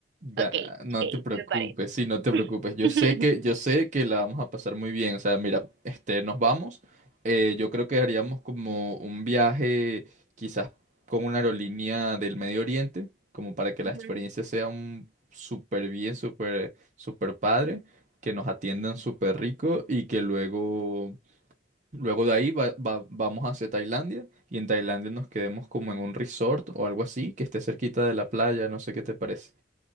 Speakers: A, on the right (about 45°); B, on the right (about 70°).
A: Da-
B: ok,
A: no te preocupes,
B: me parece.
A: sí, no te preocupes. Yo
B: <laughs>
A: sé que, yo sé que la vamos a pasar muy bien. O sea, mira, este, nos vamos. eh, yo creo que haríamos como un viaje, quizás con una aerolínea del Medio Oriente, como para que la
B: Ujú.
A: experiencia sea un súper bien, súper, súper padre, que nos atiendan súper rico y que luego, luego de ahí va- va- vamos hacia Tailandia y en Tailandia nos quedemos como en un resort o algo así, que esté cerquita de la playa, no sé qué te parece.